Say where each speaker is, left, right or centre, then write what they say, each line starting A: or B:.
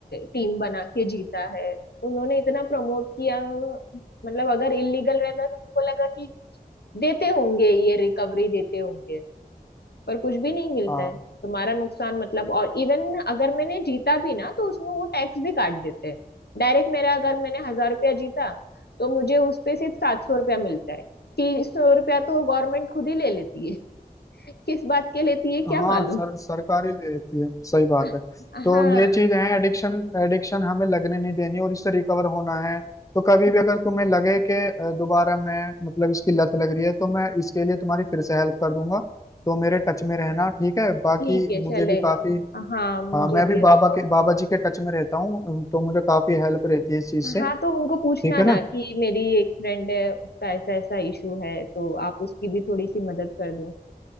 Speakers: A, on the left; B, on the left.
A: टीम बना के जीता है उन्होंने इतना प्रमोट किया मतलब अगर इलीगल रहता तो उनको लगा कि देते होंगे ये रिकवरी देते होंगे पर कुछ भी नहीं मिलता
B: हाँ
A: है तुम्हारा नुकसान मतलब और इवन अगर मैंने जीता भी ना तो उसमें वो टैक्स भी काट देते हैं डायरेक्ट मेरा अगर मैंने हजार रुपया जीता तो मुझे उस पे सिर्फ सात सौ रुपया मिलता है तीन सौ रुपया तो गवर्नमेंट खुद ही ले लेती है <laughs> किस बात के लेती है क्या
B: हाँ
A: मालूम
B: सर सरकारी भी रहती है सही बात
A: <laughs>
B: है
A: अ- हाँ
B: तो ये चीज है एडिक्शन एडिक्शन हमें लगने नहीं देनी और इससे रिकवर होना है तो कभी
A: ठीक
B: भी अगर तुम्हें लगे कि अ, दोबारा मैं मतलब इसकी लत लग रही है तो मैं इसके लिए तुम्हारी फिर से हेल्प कर दूंगा तो मेरे टच में रहना
A: है
B: ठीक है
A: ठीक
B: बाकी
A: है
B: मुझे
A: चलेगा
B: भी काफी
A: हाँ मुझे
B: हाँ मैं भी
A: भी
B: बाबा
A: अभी थोड़ा
B: के बाबा जी के टच में रहता हूँ तो मुझे काफी हेल्प रहती है इस चीज
A: <laughs>
B: से
A: हाँ तो उनको
B: ठीक
A: पूछना
B: है
A: ना
B: ना
A: कि मेरी एक फ्रेंड है उसका ऐसा ऐसा इशू है तो आप उसकी भी थोड़ी सी मदद कर दो